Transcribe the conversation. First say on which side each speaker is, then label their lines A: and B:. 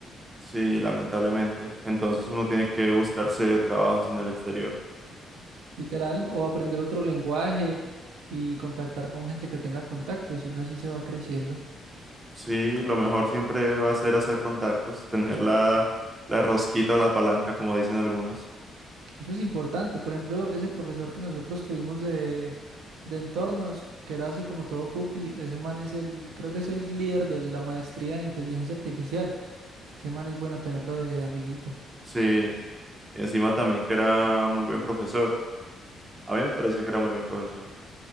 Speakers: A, on the right; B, on the right.
A: Sí, lamentablemente. Entonces uno tiene que buscarse trabajos en el exterior.
B: Literal, o aprender otro lenguaje y contactar con gente que tenga contactos y uno así se va creciendo.
A: Sí, lo mejor siempre va a ser hacer contactos, tener la, la rosquita o la palanca, como dicen algunos.
B: Eso es importante. Por ejemplo, ese profesor que nosotros tuvimos de, de entornos, que era así como todo pupi, ese man es el, creo que es el líder de la maestría en inteligencia artificial. Ese man es bueno tenerlo de amiguito.
A: Sí, y encima también que era muy buen profesor. A mí me pareció que era muy buen profesor.